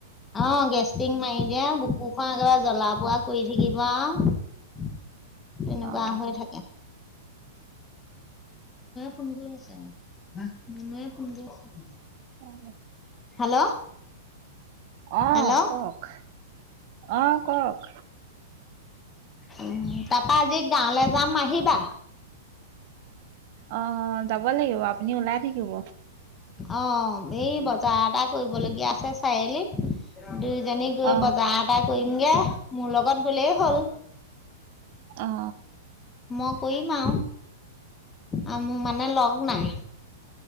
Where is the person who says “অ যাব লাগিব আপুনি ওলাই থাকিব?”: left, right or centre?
Right